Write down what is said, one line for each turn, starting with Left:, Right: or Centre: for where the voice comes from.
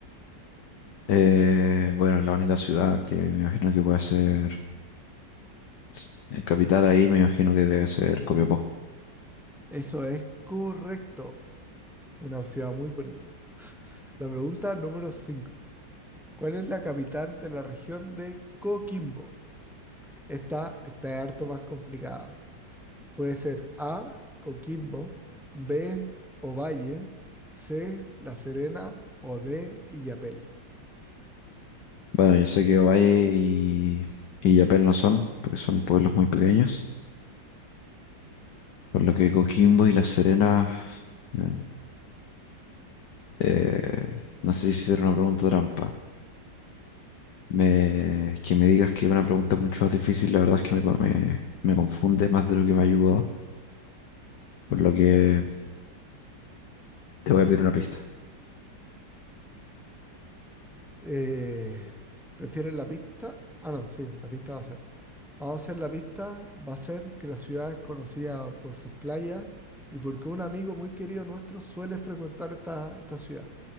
Left: Eh, bueno, la única ciudad que me imagino que puede ser s- eh, capital ahí, me imagino que debe ser Copiapó.
Centre: Eso es correcto. Una ciudad muy bonita. La pregunta número 5. ¿Cuál es la capital de la región de Coquimbo? Esta está harto más complicada. Puede ser A, Coquimbo, B, Ovalle, C, La Serena o D, Illapel.
Left: Bueno, yo sé que Ovalle y, y Yapel no son, porque son pueblos muy pequeños, por lo que Coquimbo y La Serena, eh, eh, no sé si era una pregunta trampa. Me, que me digas que es una pregunta mucho más difícil, la verdad es que me, co- me, me confunde más de lo que me ayudó, por lo que te voy a pedir una pista.
Centre: Eh, ¿prefieres la pista? Ah, no, sí, la pista va a ser. Vamos a hacer la pista, va a ser que la ciudad es conocida por sus playas y porque un amigo muy querido nuestro suele frecuentar esta, esta ciudad.